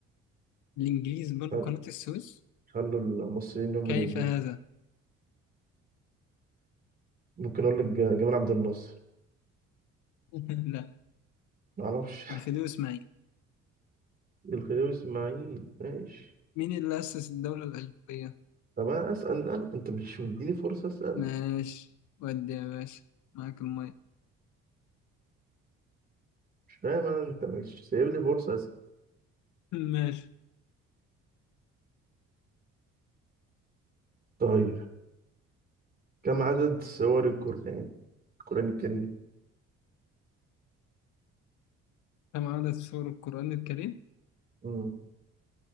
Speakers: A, on the left; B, on the right.
A: الإنجليز بنوا
B: خل-
A: قناة السويس
B: خلوا المصريين هم
A: كيف
B: اللي يبنوا
A: هذا
B: ممكن أقول لك جمال عبد الناصر
A: <laughs> لا
B: معرفش
A: الخديوي إسماعيل
B: الخديوي اسماعيل ماشي
A: مين اللي أسس الدولة الألفية
B: طب انا اسال انا انت مش مديني فرصه اسال
A: ماشي ودي يا باشا معاك المية
B: مش فاهم انا انت مش سايب لي فرصه اسال
A: <laughs> ماشي
B: طيب كم عدد سور القران القران الكريم
A: كم عدد سور القرآن الكريم
B: امم